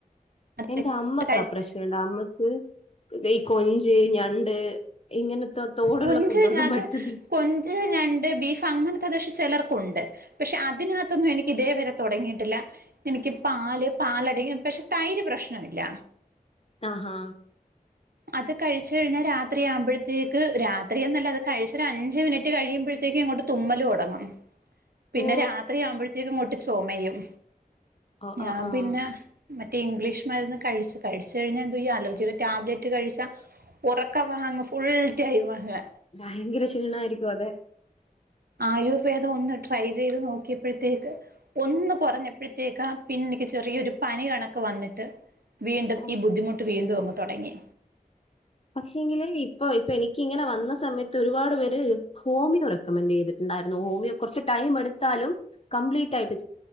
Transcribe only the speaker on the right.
അത്
കഴിച്ച്
കൊഞ്ച്
അത്
കൊഞ്ച് ഞണ്ട് ബീഫ് അങ്ങനത്തെത്ക്ഷം ചിലർക്കുണ്ട് പക്ഷെ അതിനകത്തൊന്നും എനിക്ക് ഇതേ വരെ തുടങ്ങിയിട്ടില്ല എനിക്ക് പാല് പാലട പക്ഷെ തൈര് പ്രശ്നമില്ല
അത്, കഴിച്ചു കഴിഞ്ഞാ, രാത്രി, ആകുമ്പോഴത്തേക്ക് രാത്രിയന്നല്ല, അത്, കഴിച്ചരു, അഞ്ച്, മിനിറ്റ്, കഴിയുമ്പഴത്ത ഇങ്ങോട്ട്, തുമ്മലടങ്ങ, പിന്നെ,
രാത്രി ആവുമ്പോഴത്തേക്കും ഇങ്ങോട്ട് ചൊമയും,
ഞാൻ,
പിന്നെ ഇംഗ്ലീഷ് മര്ന്ന് കഴിച്ച് കഴിച്ചഴിഞ്ഞാൽ എന്തുവാ ഈ അലർജിയുടെ ടാബ്ലറ്റ് റ്റ് കഴിച്ചാ ഉറക്കവാ അങ്ങ് ഫുൾ ടൈമങ്ങ്.
ആയുർവേദൊന്ന് ട്രൈ ചെയ്ത് നോക്കിയപ്പഴത്തേക്ക് ഒന്ന് കൊറഞ്ഞപ്പഴത്തേക്കാ പിന്നെ എനിക്ക് ചെറിയൊരു പനി കണക്ക് വന്നിട്ട് വീണ്ടും
ഈ ബുദ്ധിമുട്ട് വീണ്ടു അങ്ങ് തൊടങ്ങി.